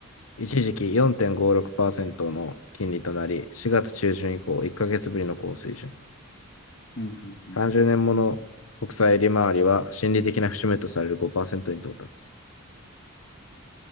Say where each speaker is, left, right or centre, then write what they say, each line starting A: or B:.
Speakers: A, on the left; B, on the left.
A: 一時期4.56%の金利となり、4月中旬以降1ヶ月ぶりの高水準。
B: うん。うん。うん
A: 30年もの国債利回りは心理的な節目とされる5%に到達。